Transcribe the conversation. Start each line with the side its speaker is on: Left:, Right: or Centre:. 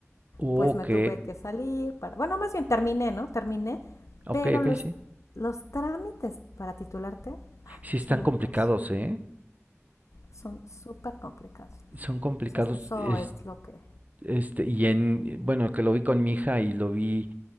Right: ok,
Left: pues me tuve que salir para, bueno, más bien terminé, ¿no? Terminé,
Right: ok,
Left: pero
Right: ok,
Left: los,
Right: sí.
Left: los trámites para titularte
Right: Sí están
Left: son
Right: complicados,
Left: un caso,
Right: ¿eh?
Left: son súper complicados.
Right: Son complicados,
Left: Entonces eso
Right: es-
Left: es lo que...
Right: este, y en, bueno, que lo vi con mi hija y lo vi,